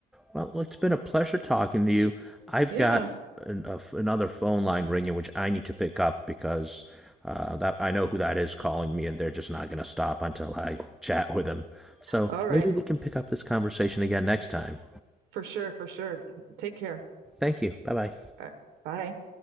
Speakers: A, in the centre; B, on the right.
A: Well, it's been a pleasure talking to you. I've
B: Yeah.
A: got an, a, another phone line ringing, which I need to pick up because uh, that I know who that is calling me, and they're just not going to stop until I chat with them. So
B: All right.
A: maybe we can pick up this conversation again next time.
B: For sure. For sure. Take care.
A: Thank you. Bye bye.
B: Uh, Bye.